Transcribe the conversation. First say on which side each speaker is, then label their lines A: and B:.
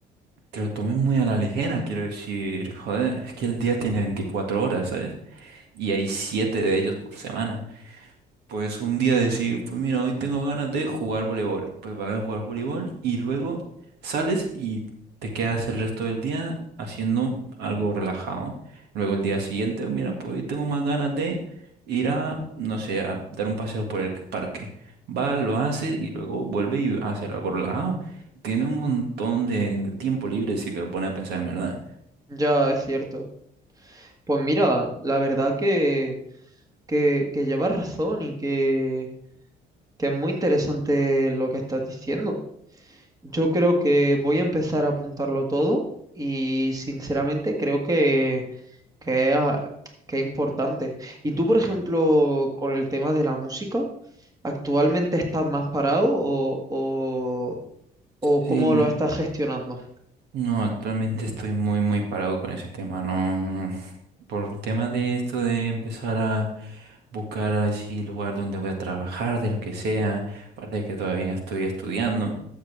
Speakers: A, on the right; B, on the right.
A: te lo tomes muy a la ligera, quiero decir, joder, es que el día tiene 24 horas, ¿sabes? Y hay 7 de ellos por semana. Pues un día decir, pues mira, hoy tengo ganas de jugar voleibol. Pues vas a jugar voleibol y luego sales y te quedas el resto del día haciendo algo relajado. Luego el día siguiente, mira, pues hoy tengo más ganas de ir a, no sé, a dar un paseo por el parque. Va, lo hace y luego vuelve y hace algo relajado. Tiene un montón de, de tiempo libre si te lo pones a pensar en verdad.
B: Ya, es cierto. Pues mira, la verdad que, que, que llevas razón y que, que es muy interesante lo que estás diciendo. Yo creo que voy a empezar a apuntarlo todo y sinceramente creo que, que es, ah, que es importante. ¿Y tú, por ejemplo, con el tema de la música, actualmente estás más parado o, o, o
A: Sí,
B: cómo lo estás gestionando?
A: no, actualmente estoy muy, muy parado con ese tema. No. no, no. Por tema de esto de empezar a buscar así el lugar donde voy a trabajar, de lo que sea, aparte de que todavía estoy estudiando,